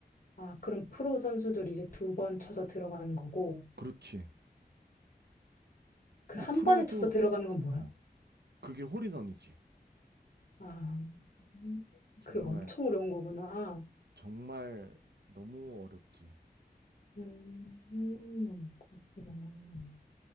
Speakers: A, on the left; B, on the right.
A: 아, 그럼 프로 선수들이 이제 두 번 쳐서 들어가는 거고,
B: 그렇지.
A: 그
B: 근데
A: 한
B: 프로도,
A: 번에 쳐서 들어가는 건 뭐야?
B: 어, 그게 홀인원이지.
A: 아, 음,
B: 정말,
A: 그게 엄청 어려운 거구나.
B: 정말 너무 어렵지.
A: 음, 그렇구나.